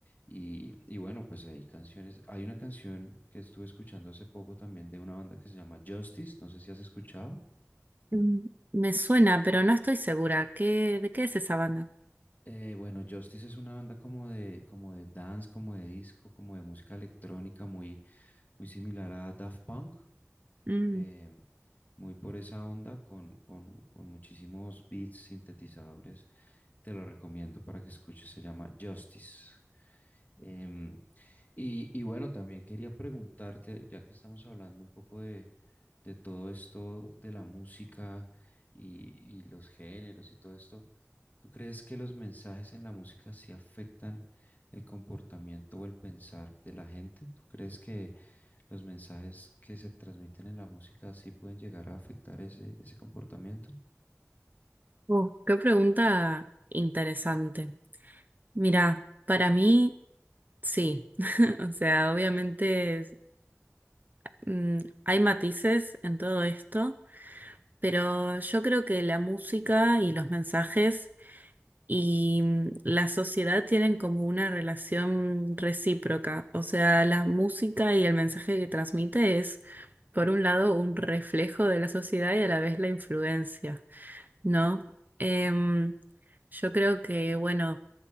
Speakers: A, on the left (about 35°); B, on the right (about 35°).
A: Y, y bueno, pues hay canciones, hay una canción que estuve escuchando hace poco también de una banda que se llama Justice, no sé si has escuchado.
B: Mm, Me suena, pero no estoy segura. ¿Qué, de qué es esa banda?
A: Eh, bueno, Justice es una banda como de, como de dance, como de disco, como de música electrónica, muy, muy similar a Daft Punk,
B: Mm,
A: eh, muy por esa onda, con, con, con muchísimos beats, sintetizadores. Te lo recomiendo para que escuches, se llama Justice. Em, y, y bueno, también quería preguntarte, ya que estamos hablando un poco de, de todo esto de la música y, y los géneros y todo esto. ¿Tú crees que los mensajes en la música sí afectan el comportamiento o el pensar de la gente? ¿Tú crees que los mensajes que se transmiten en la música sí pueden llegar a afectar ese, ese comportamiento?
B: uh, qué pregunta interesante. Mira, para mí, sí. <laughs> O sea, obviamente es- mm, hay matices en todo esto, pero yo creo que la música y los mensajes y mm, la sociedad tienen como una relación recíproca. O sea, la música y el mensaje que transmite es, por un lado, un reflejo de la sociedad y a la vez la influencia, ¿no? Em, yo creo que, bueno,